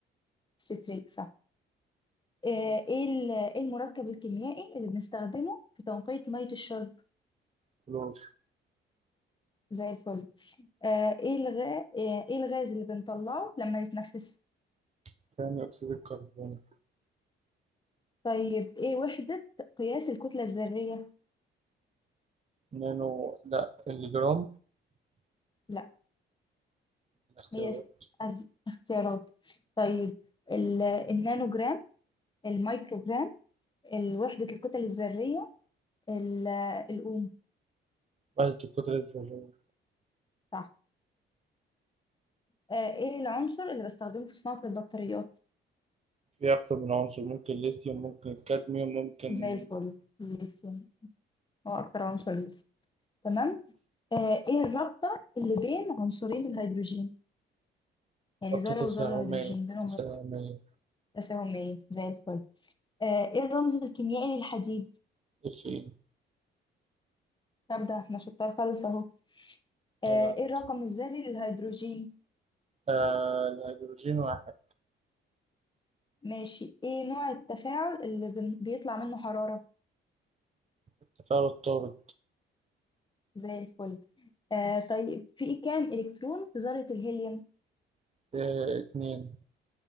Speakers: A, on the left (about 25°); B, on the right (about 35°).
A: ستريك صح. آه، ايه ال- إيه المركب الكيميائي اللي بنستخدمه في تنقية مية الشرب
B: كلور
A: زي الفل آه، ايه الغاز ايه الغاز اللي بنطلعه لما نتنفسه
B: ثاني أكسيد الكربون
A: طيب ايه وحدة قياس الكتلة الذرية
B: نانو لا الجرام
A: لا
B: الاختيارات
A: مقياس أدي اختيارات طيب ال- النانو جرام المايكرو جرام وحدة الكتل الذرية ال- الأوم
B: وحدة الكتلة الذرية
A: صح آه، ايه العنصر اللي بستخدمه في صناعة البطاريات
B: في أكتر من عنصر ممكن ليثيوم ممكن الكادميوم ممكن
A: زي الفل ليثيوم هو أكتر عنصر ليثيوم تمام آه، ايه الرابطة اللي بين عنصرين الهيدروجين يعني
B: ربطة
A: ذرة
B: تساهمية
A: وذرة هيدروجين بينهم
B: تساهمية
A: رابطة تساهم ايه زي الفل آه، ايه الرمز الكيميائي للحديد
B: اف اي
A: طب ده احنا شطار خالص اهو آه،
B: عيب عليك.
A: ايه الرقم الذري للهيدروجين
B: آه الهيدروجين واحد
A: ماشي ايه نوع التفاعل اللي بن- بيطلع منه حرارة
B: التفاعل الطارد
A: زي الفل آه، طيب في كام الكترون في ذرة الهيليوم
B: آه اتنين